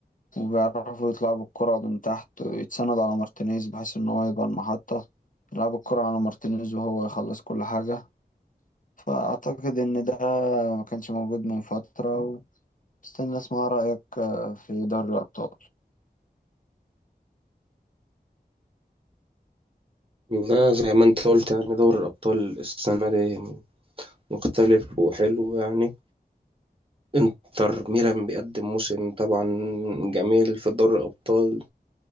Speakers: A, on the left; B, on the right.
A: وبيعرفوا يطلعوا بالكرة من تحت ويتسند على مارتينيز بحيث إن هو يبقى المحطة يلعبوا الكرة على مارتينيز وهو يخلص كل حاجة فأعتقد إن ده ما كانش موجود من فترة واستنى أسمع رأيك آه، في دوري الأبطال
B: والله زي ما انت قلت يعني دوري الأبطال السنة دي مختلف وحلو يعني انتر ميلان بيقدم موسم طبعا جميل في دوري الأبطال